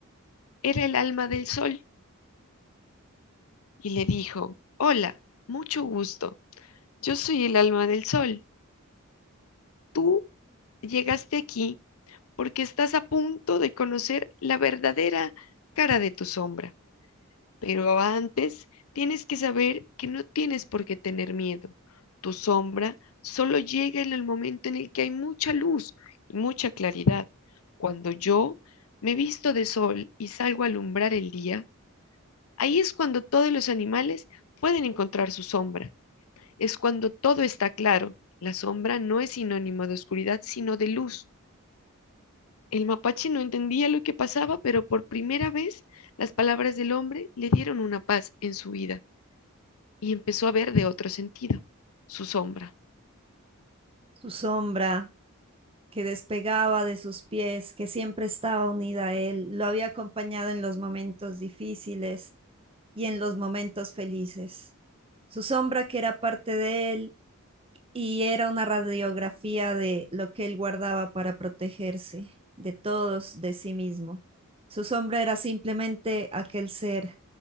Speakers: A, on the left; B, on the right.
A: era el alma del sol y le dijo, Hola, mucho gusto. Yo soy el alma del sol. Tú llegaste aquí porque estás a punto de conocer la verdadera cara de tu sombra. Pero antes tienes que saber que no tienes por qué tener miedo. Tu sombra solo llega en el momento en el que hay mucha luz y mucha claridad. Cuando yo me visto de sol y salgo a alumbrar el día, ahí es cuando todos los animales pueden encontrar su sombra. Es cuando todo está claro. La sombra no es sinónimo de oscuridad, sino de luz. El mapache no entendía lo que pasaba, pero por primera vez las palabras del hombre le dieron una paz en su vida. y empezó a ver de otro sentido, su sombra,
B: su sombra que despegaba de sus pies, que siempre estaba unida a él, lo había acompañado en los momentos difíciles y en los momentos felices. Su sombra que era parte de él y era una radiografía de lo que él guardaba para protegerse de todos, de sí mismo. Su sombra era simplemente aquel ser